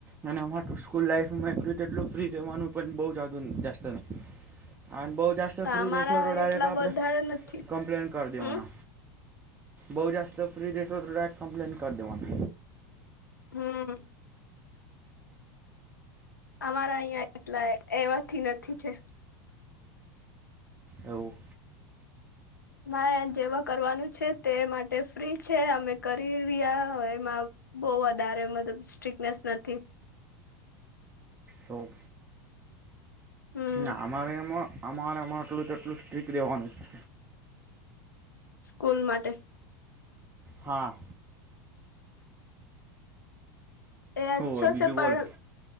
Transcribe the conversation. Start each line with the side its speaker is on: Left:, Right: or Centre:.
Right: અને અમારતો સ્કૂલ લાઈફમાં એટલું તેટલું ફ્રી રહેવાનું પણ બો જ <unintelligible> અને બો જાસ્ત
Left: અમારા
Right: ફ્રી રેશો <unintelligible>
Left: એટલા
Right: આપણે
Left: વધારે નથી
Right: કમ્પ્લેન કરી દેવાનો
Left: હમ
Right: બો જાસ્ત ફ્રી રેસોર રા એક કમ્પ્લેન કરડેવાનો
Left: હમ. અમારા અહંયા એટલા એવાથી નથી છે.
Right: એવુ
Left: મારે જેવા કરવાનું છે, તે માટે ફ્રી છે, અમે કરી રહ્યા એમાં બો વધારે મતલબ સ્ટ્રિકનેસ નથી.
Right: તો
Left: હમ
Right: ના અમારે એમ અમારેમ આટલું ટેટલું સ્ટીકટ રહેેવાનું છે.
Left: સ્કૂલ માટે
Right: હા.
Left: એ
Right: શું
Left: અચ્છો
Right: હોય બીજું
Left: છે, પણ
Right: બોલો